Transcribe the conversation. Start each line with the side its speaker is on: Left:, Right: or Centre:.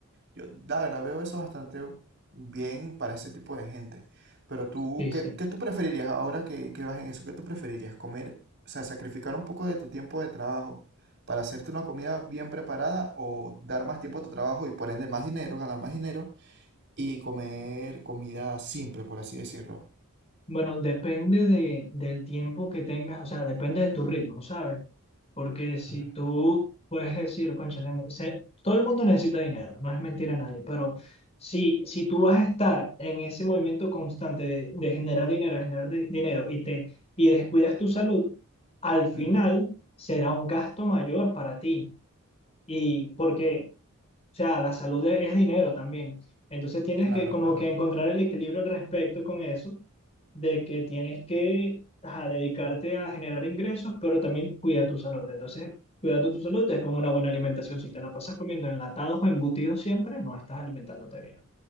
Right: Yo, la verdad, veo eso bastante bien para ese tipo de gente. Pero tú,
Left: sí,
Right: ¿qué,
Left: sí.
Right: qué tú preferirías ahora que, que vas en eso? ¿Qué tú preferirías? ¿Comer, o sea, sacrificar un poco de tu tiempo de trabajo para hacerte una comida bien preparada o dar más tiempo a tu trabajo y por ende más dinero, ganar más dinero y comer comida simple, por así decirlo?
Left: Bueno, depende de, del tiempo que tengas, o sea, depende de tu ritmo, ¿sabes? Porque si
Right: Ujú.
Left: tú puedes decir, cónchale, me- se- todo el mundo necesita dinero, no es mentira a nadie, pero si, si tú vas a estar en ese movimiento constante de, de generar dinero, de generar di- dinero y, te, y descuidas tu salud, al final
Right: Ujú,
Left: será un gasto mayor para ti. Y porque, o sea, la salud es es dinero también. Entonces tienes
Right: Claro,
Left: que como
Right: claro,
Left: que encontrar el equilibrio al respecto con eso de que tienes que ajá, dedicarte a generar ingresos, pero también cuida tu salud. Entonces, cuidando tu salud es con una buena alimentación. Si te la pasas comiendo enlatados o embutidos siempre, no estás alimentándote bien.